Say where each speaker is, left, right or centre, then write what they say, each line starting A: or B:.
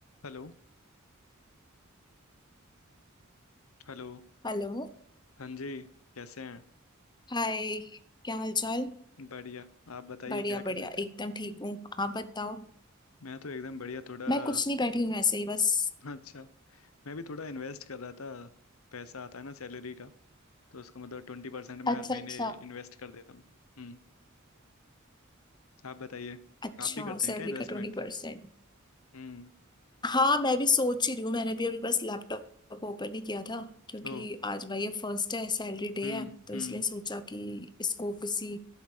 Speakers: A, on the left; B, on the left.
A: Hello hello
B: हेलो
A: हाँ जी कैसे हैं
B: हाय क्या हाल चाल
A: बढ़िया आप बताइए
B: बढ़िया
A: क्या कर
B: बढ़िया
A: रहे थे
B: एकदम ठीक हूँ आप बताओ
A: मैं तो एकदम बढ़िया थोड़ा
B: मैं कुछ नहीं
A: <laughs>
B: बैठी हूँ ऐसे ही बस
A: अच्छा मैं भी थोड़ा इन्वेस्ट कर रहा था पैसा आता है ना सैलरी का तो उसका मतलब ट्वेंटी परसेंट मैं
B: अच्छा
A: हर महीने
B: अच्छा
A: इन्वेस्ट कर देता हूँ हम्म आप बताइए
B: अच्छा
A: आप भी करते
B: सैलरी
A: हैं क्या इन्वेस्टमेंट
B: का ट्वेंटी परसेंट
A: हम्म
B: हाँ मैं भी सोच ही रही हूँ मैंने भी अभी बस लैपटॉप ओपन ही किया था क्योंकि
A: ओ
B: आज भाई ये फर्स्ट है सैलरी डे
A: हम्म
B: है तो
A: हम्म
B: इसलिए सोचा कि इसको किसी